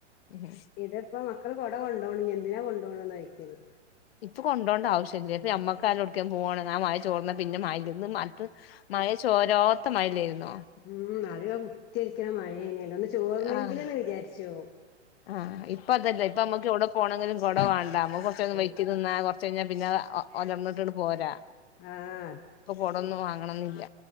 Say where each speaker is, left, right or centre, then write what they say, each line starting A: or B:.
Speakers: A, on the left; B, on the left.
A: ഉം
B: ഇതിപ്പോ മക്കള്ടെ കൊണ്ടുപോണില്ല എന്തിനാ കൊണ്ടുപോണന്ന്ോിക്കല്
A: ഇപ്പൊ കൊണ്ടോണ്ട ആവശ്യമില്ലല്ല ഇപ്പ അമ്മക്കാലോടക്കൻ പോാണ് ാ മായ ചോർന്ന പിന്നെ മായ ഇ മറ്റ മഴ ചോരോത്ത മഴയിലായിരുന്നു
B: ഉം അതിിക കുറ്റരിക്കണ മഴേനെയല്ല ഒന്ന് ചോർന്നെങ്കിലന്ന്
A: ആഹ്
B: വിചാരിച്ചോ
A: ആഹ് ഇപ്പതന്നെ ഇപ്പൊ നമുക്ക് എവിടെ പോണെങ്കിലും കുട വേണ്ട നമ്മ കുറച്ചന്ന്
B: ആഹ്
A: വെറ്റി നിന്നാ കൊറച്ച പിന്നെ ഒലർന്നിട്ടി പോരാ
B: ആഹ്
A: ഇപ്പൊ കൊടൊന്നും വാങ്ങണംന്നില്ല